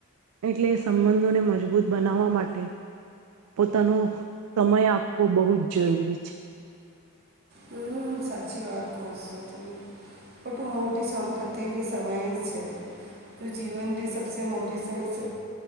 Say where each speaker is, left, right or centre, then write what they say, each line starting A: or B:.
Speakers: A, on the right; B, on the right.
A: એટલે એ સંબંધોને મજબૂત બનાવવા માટે પોતાનું સમય આપવો બહુ જ જરૂરી છે
B: હમ સાચી વાત કહ છો તમેટું મોટી સંપત્તિ બી સમય છે જીવન બી સબસે મોટી સમય છે